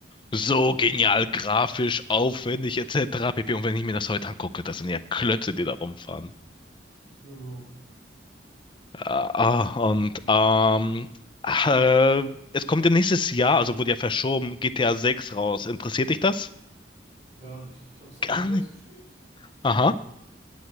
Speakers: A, on the left; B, on the right.
A: so genial, grafisch, aufwendig, etc. pp. Und wenn ich mir das heute angucke, das sind ja Klötze, die da rumfahren.
B: Genau.
A: Ah, ah, und ähm, äh, es kommt ja nächstes Jahr, also wurde ja verschoben, GTA sechs raus. Interessiert dich das?
B: Gar nicht. Ich habe San
A: Gar
B: Andreas
A: nicht.
B: gespielt,
A: Aha.